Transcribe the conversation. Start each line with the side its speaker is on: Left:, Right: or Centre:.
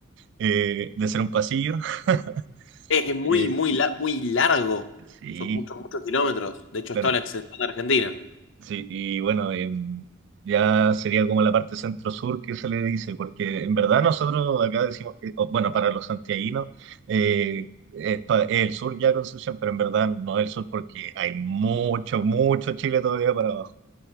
Right: eh, de ser un pasillo. <laughs>
Left: Es que es muy,
Right: Eh,
Left: muy, la- muy largo.
Right: sí,
Left: Son muchos, muchos kilómetros. De hecho,
Right: claro,
Left: está la extensión de Argentina.
Right: sí, y bueno, em, ya sería como la parte centro-sur que se le dice, porque en verdad nosotros acá decimos que, o, bueno, para los santiaguinos, eh, es, pa- es el sur ya Concepción, pero en verdad no es el sur porque hay mucho, mucho Chile todavía para abajo.